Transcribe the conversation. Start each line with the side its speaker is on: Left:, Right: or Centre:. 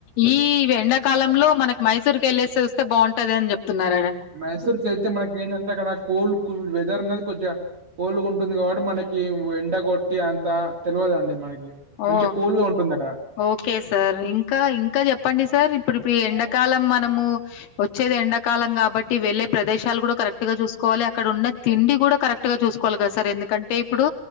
Left: ఈ ఎండాకాలంలో మనకి మైసూరుకి వెళ్ళలేసి వస్తే బాగుంటది అని చెప్ న్నార
Right: మైసూర్కి వెళ్తే మనకి ఏంటంటే అక్కడ కూల్ కూల్ వెదర్ అనేది కొంచెం కోలుగా ఉంటుంది కాబట్టి మనకి ఎండగొట్టి అంతా తెలియదండి మనకి
Left: ఓ
Right: మంచి కూల్గా ఉంటుంది అక్కడ
Left: ఓకే సార్ ఇంకా ఇంకా చెప్పండి సార్ ఇప్పుడు ఇప్పుడు ఎండాకాలం మనము వచ్చేది ఎండ కాలం కాబట్టి వెళ్లే ప్రదేశాలు కూడా కరెక్ట్ గా వాలి అక్కడన్న తిండి కూడా కరెక్ట్ గా చూసుకోవాలి కదా సార్ ఎందుకంటే ఇప్పుడు